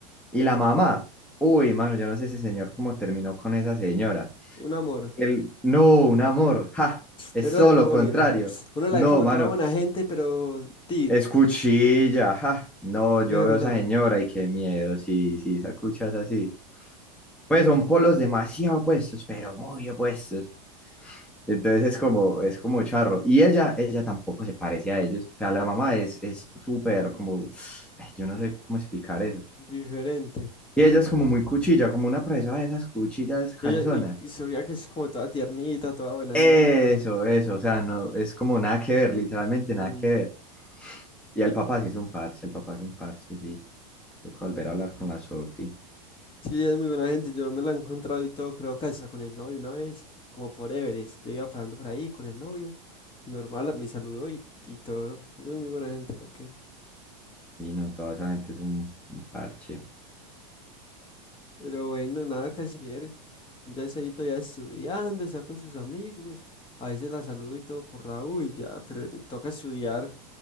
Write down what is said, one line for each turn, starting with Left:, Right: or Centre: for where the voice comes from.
Centre: Y la mamá, uy, mano, yo no sé ese señor cómo terminó con esa señora.
Left: Un amor.
Centre: Él, no, un amor, ja, es
Left: Pero
Centre: solo
Left: demonio.
Centre: contrario.
Left: Uno la
Centre: No,
Left: ve como
Centre: mano,
Left: toda buena gente, pero... Tin.
Centre: es cuchilla, ja. No, yo
Left: ¿Verdad?
Centre: veo a esa señora y qué miedo, sí, sí, esa cucha así. Pues son polos demasiado opuestos, pero muy opuestos. Entonces es como, es como charro. Y ella, ella tampoco se parece a ellos. O sea, la mamá es, es súper como, ay, yo no sé cómo explicar eso.
Left: Diferente.
Centre: Y ella es como muy cuchilla, como una profesora de esas cuchillas canzonas.
Left: Y, ella- y, y se veía que es como toda tiernita, toda buena
Centre: Eso,
Left: gente.
Centre: eso, o sea, no, es como nada que ver, literalmente
Left: Ujú.
Centre: nada que ver. Y el papá sí es un parche, el papá es un parche, sí. Toca volver a hablar con la Sofi.
Left: Sí, ella es muy buena gente. Yo me la he encontrado y todo, creo que hasta con el novio una vez, como por Everest. Yo iba pasando por ahí con el novio. y Normal, me saludó y, y todo. Ella es muy buena gente, ¿para qué?
Centre: Y no, toda esa gente es un, un parche.
Left: Pero bueno, nada que hacer. Ya está ahí todavía estudiando, está con sus amigos. A veces la saludo y todo por la U y ya, pero toca estudiar.